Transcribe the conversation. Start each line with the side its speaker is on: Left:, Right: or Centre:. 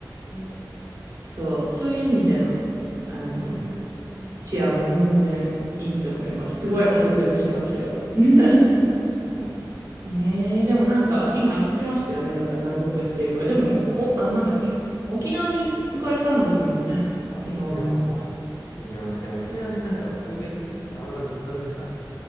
Left: ええ
Right: そう、そういう意味での、あの、
Left: うんうんうん
Right: 治安は全然いいと思います。すごいおすすめしますよ。<laughs>
Left: うんそうなんだ。
Right: えー、でもなんか、今言ってましたよね。なんか南国っていうか、でも、お、あ、なんだっけ。沖縄に行かれたんですもんね。
Left: あ、
Right: 沖縄も。
Left: そう、沖縄は、はい。行きまして、沖縄なんか僕が行った時、たまたまずっとなんか、